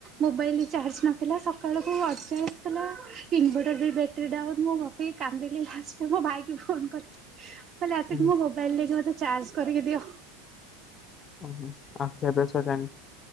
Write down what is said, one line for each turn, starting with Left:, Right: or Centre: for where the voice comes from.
Right: ମୋବାଇଲ ଚାର୍ଜ ନଥିଲା ସକାଳକୁ <unintelligible> ଥିଲା। ଇନଭର୍ଟର ବି ବ୍ୟାଟେରି ଡାଉନ ମୁଁ ବସିକି କାନ୍ଦିଲି ଲାଷ୍ଟ ମୋ ଭାଇକ ଫୋନ କରିକି। କାଲି ରାତିକି
Left: ହୁଁ
Right: ମୋ ମୋବାଇଲରେ ମୋତେ ଚାର୍ଜ କରିକି ଦିଅ।
Left: ଓ ଆଉ ଖିଆ ପିୟା ସାଇଲାନି?